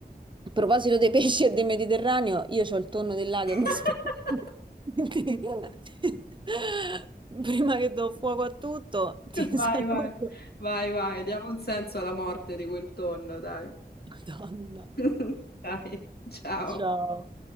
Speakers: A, on the right; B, on the left.
A: proposito dei pesci e del Mediterraneo, io ho il tonno del lago che
B: <laughs>
A: mi aspetta. Quindi, <laughs> Prima che do fuoco a tutto, ti
B: Vai,
A: saluto.
B: vai, vai, vai, diamo un senso alla morte di quel tonno, dai.
A: Madonna.
B: <laughs> Dai, ciao.
A: Ciao.